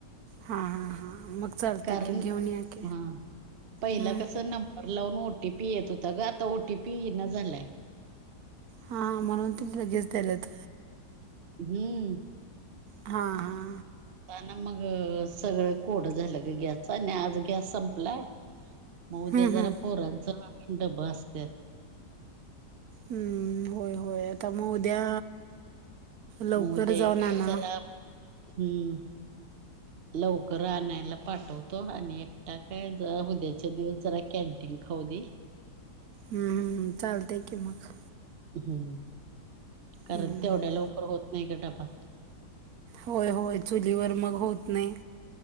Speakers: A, on the right (about 70°); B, on the right (about 45°).
A: हा हा हा मग चालते
B: कारण
A: की, घेऊन या की.
B: हा पहिला
A: हम्म.
B: कस नंबर लावून ओ टी पी येत होता ग आता ओ टी पी येईना झालाय.
A: हा म्हणून त लगेच द्यालेत.
B: हूं!
A: हा, हा!
B: ना मग सगळं कोडं झालं ग गॅसचा, आणि आज गॅस संपलाय. म उद्या
A: हम्म
B: जरा
A: हम्म
B: पोरांच न डब असतात.
A: हूं होय, होय आता मग उद्या? लवकर
B: म उदया
A: जाऊन
B: एक
A: आणा
B: चलाप हूं! लवकर आणायला पाठवतो, आणि एकटा काय ज उद्याच्या दिवस जरा कॅन्टीन खाऊदे.
A: हूं हूं चालतय की मग.
B: हूं कारण
A: हम्म
B: तेवढ्या लवकर होत नाही ग डबा.
A: होय, होय चुलीवर मग होत नाही.